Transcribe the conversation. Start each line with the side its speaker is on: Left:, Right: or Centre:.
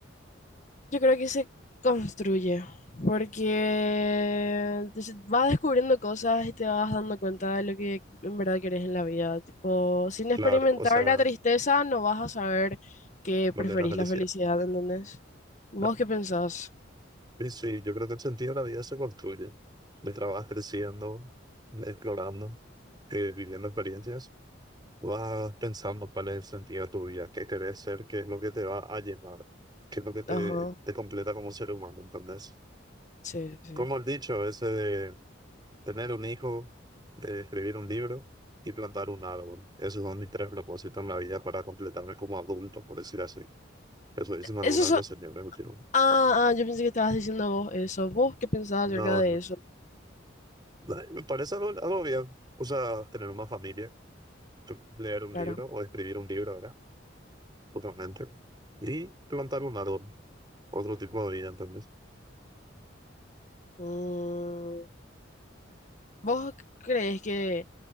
Left: Yo creo que se construye, porque te- vas descubriendo cosas y te vas dando cuenta de lo que en verdad querés en la vida. Tipo, sin
Right: Claro,
Left: experimentar
Right: o sea,
Left: la tristeza no vas a saber que
Right: lo
Left: preferís
Right: que es la felicidad.
Left: la felicidad, ¿entendés? ¿Vos
Right: ¿no?
Left: qué pensás?
Right: Sí, sí, yo creo que el sentido de la vida se construye. Le trabajas creciendo, explorando, eh, viviendo experiencias. Vas pensando cuál es el sentido de tu vida, qué querés ser, qué es lo que te va a llenar, qué es lo que te,
Left: Ajá,
Right: te completa como ser humano. Entonces,
Left: sí, sí.
Right: como has dicho, ese de tener un hijo, de escribir un libro y plantar un árbol. Esos son mis tres propósitos en la vida para completarme como adulto, por decir así. Eso dicen algunas
Left: Eso so-
Right: de los señores. Pero
Left: Ah, ah, yo pensé que estabas diciendo vos eso. ¿Vos qué pensabas
Right: No,
Left: acerca de
Right: no
Left: eso?
Right: Ay, Me parece algo, algo bien. O sea, tener una familia, leer un
Left: Claro.
Right: libro o escribir un libro, ¿verdad? Totalmente. Y plantar un árbol, otro tipo de vida, entonces.
Left: Mm, ¿vos crees que